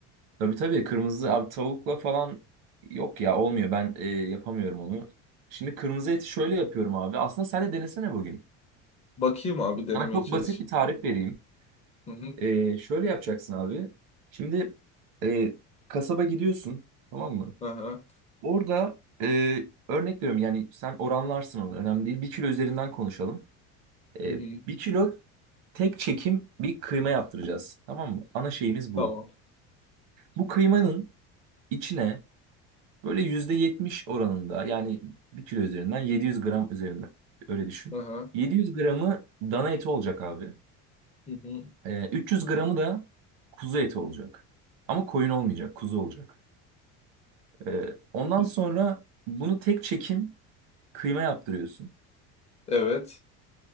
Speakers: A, on the right (about 85°); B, on the left (about 20°).
A: Tabii tabii kırmızı abi tavukla falan yok ya olmuyor ben e, yapamıyorum onu. Şimdi kırmızı eti şöyle yapıyorum abi. Aslında sen de denesene bugün.
B: Bakayım abi denemeye
A: Sana çok
B: çalışayım.
A: basit bir tarif vereyim.
B: Hı hı.
A: E, şöyle yapacaksın abi. Şimdi e, kasaba gidiyorsun tamam mı?
B: Aha.
A: Orada e, örnek veriyorum yani sen oranlarsın onu önemli değil. Bir kilo üzerinden konuşalım. E,
B: Hı hı.
A: bir kilo tek çekim bir kıyma yaptıracağız. Tamam mı? Ana şeyimiz bu.
B: Tamam.
A: Bu kıymanın içine böyle %70 oranında yani bir kilo üzerinden 700 gram üzerinden öyle düşün.
B: Aha.
A: 700 gramı dana eti olacak abi.
B: Hı hı.
A: Ee, üç yüz gramı da kuzu eti olacak. Ama koyun olmayacak, kuzu olacak. Ee, ondan
B: Ku-
A: sonra bunu tek çekim kıyma yaptırıyorsun.
B: Evet.